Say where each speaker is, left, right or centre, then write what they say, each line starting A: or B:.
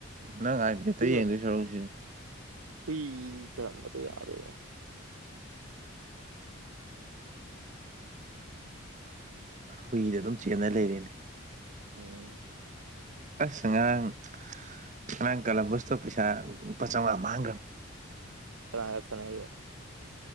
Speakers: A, on the right; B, on the right.
A: ꯅꯪ ꯑꯥꯏꯄꯦꯠꯇ
B: ꯍꯨꯏ
A: ꯌꯦꯡꯗꯣꯏ ꯁꯔꯨꯛ
B: ꯍꯨꯏ ꯊꯥꯅꯥꯝ ꯌꯥꯗꯦꯅꯦ
A: ꯍꯨꯏꯗꯣ ꯑꯗꯨꯝ ꯆꯦꯟꯅ ꯂꯩꯔꯦꯅꯦ
B: ꯑꯝ
A: ꯑꯁ ꯉꯔꯥꯡ ꯉꯔꯥꯡ ꯀꯂꯝꯕꯁꯇꯣ ꯄꯩꯁꯥ ꯂꯨꯄꯥ ꯆꯥꯝꯃꯉꯥ ꯃꯥꯡꯒ꯭ꯔꯝ
B: ꯀꯅꯥꯒ ꯊꯥꯅꯩꯕ